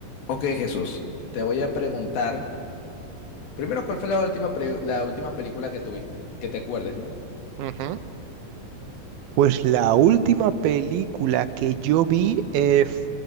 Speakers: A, on the left; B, on the right.
A: Ok, Jesús, te voy a preguntar, primero, ¿cuál fue la última, pre- la última película que tuviste? Que te acuerdes, ¿no?
B: Ujú. Pues la última película que yo vi, eh, f-